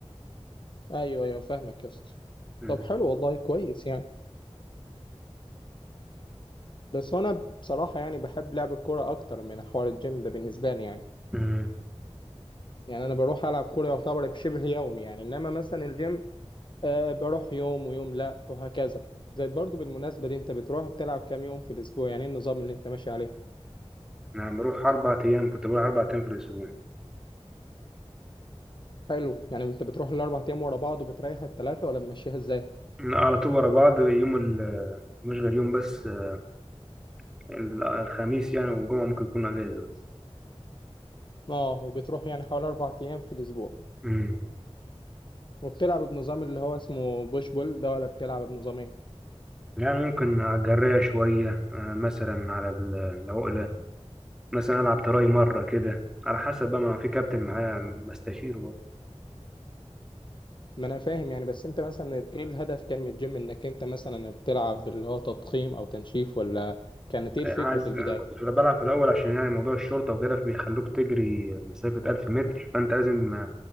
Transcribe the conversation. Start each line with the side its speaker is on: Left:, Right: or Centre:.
Left: ايوه ايوه فاهمك يا اسطى
Centre: مم.
Left: طب حلو والله كويس يعني بس انا بصراحه يعني بحب لعب الكوره اكتر من حوار الجيم ده بالنسبه لي يعني
Centre: مم.
Left: يعني انا بروح العب كوره يعتبر بشبه يومي يعني انما مثلا الجيم آه بروح يوم ويوم لا وهكذا زائد برضو بالمناسبه دي انت بتروح بتلعب كام يوم في الاسبوع يعني ايه النظام اللي انت ماشي عليه
Centre: انا بروح اربع ايام كنت بروح اربع ايام في الاسبوع
Left: حلو يعني انت بتروح الاربع ايام ورا بعض وبتريح الثلاثه ولا ماشيها ازاي
Centre: أنا على طول ورا بعض يوم ال- مش غير يوم بس آه، ال- الخميس يعني والجمعه ممكن يكون اجازه بس
Left: اه وبتروح يعني حوالي اربع ايام في الاسبوع
Centre: مم.
Left: وبتلعب بنظام اللي هو اسمه بوش بول ده ولا بتلعب بنظام ايه
Centre: يعني ممكن على الجراية شوية آه، مثلا على ال- العقلة مثلا ألعب تراي مرة كده على حسب بقى ما في كابتن معايا بستشيره
Left: ما انا فاهم يعني بس انت مثلا ايه الهدف كان من الجيم انك انت مثلا بتلعب اللي هو تضخيم او تنشيف ولا كانت ايه الفكرة
Centre: عايز
Left: في البداية
Centre: أنا كنت في بلعب في الأول عشان يعني موضوع الشرطة وكده فبيخلوك تجري مسافة ألف متر فأنت لازم